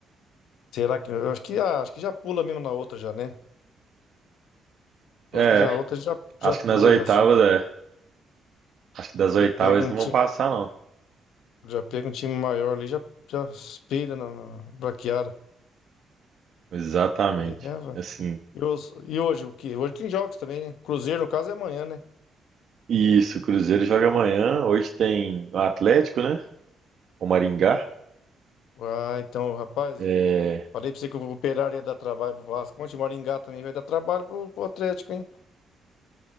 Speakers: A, on the left (about 85°); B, on the right (about 55°).
A: será que eu acho que ah, acho que já pula mesmo na outra já, né? Eu
B: É.
A: acho que já a outra já
B: Acho
A: já pula
B: que nas oitavas,
A: já assim.
B: é. Acho que das
A: Já
B: oitavas
A: pega
B: eles
A: um
B: não
A: time,
B: vão passar, não.
A: já pega um time maior ali, já já espelha na, na braquiara.
B: Exatamente.
A: É, vai.
B: Assim.
A: E, os- e hoje o que? Hoje tem jogos também, né? Cruzeiro no caso é amanhã, né?
B: Isso, o Cruzeiro joga amanhã. Hoje tem o Atlético, né? O Maringá.
A: Ah, então, rapaz,
B: É,
A: falei pra você que o Operário ia dar trabalho pro Vasco. Ontem o Maringá também vai dar trabalho pro, pro Atlético, hein?